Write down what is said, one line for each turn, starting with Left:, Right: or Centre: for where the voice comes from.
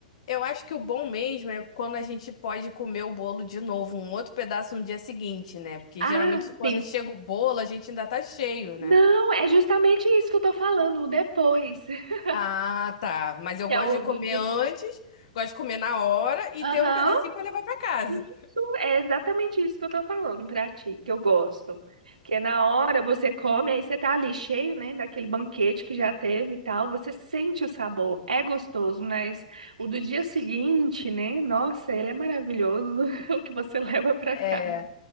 Left: Eu acho que o bom mesmo é quando a gente pode comer o bolo de novo, um outro pedaço no dia seguinte, né? Porque
Right: Ah,
Left: geralmente quando
Right: sim.
Left: chega o bolo, a gente ainda tá cheio,
Right: Não,
Left: né?
Right: é justamente isso que eu tô falando, o depois. <laughs>
Left: Ah, tá. Mas eu
Right: Que
Left: gosto
Right: é o
Left: de comer
Right: do dia.
Left: antes, gosto de comer na hora e
Right: Aham.
Left: ter um pedacinho pra levar pra casa.
Right: Isso é exatamente isso que eu tô falando pra ti, que eu gosto. Que na hora você come, aí você tá ali cheio, né, daquele banquete que já teve e tal, você sente o sabor, é gostoso, mas o do dia seguinte, né, nossa, ele é maravilhoso, <laughs> o que você leva pra
Left: É,
Right: casa.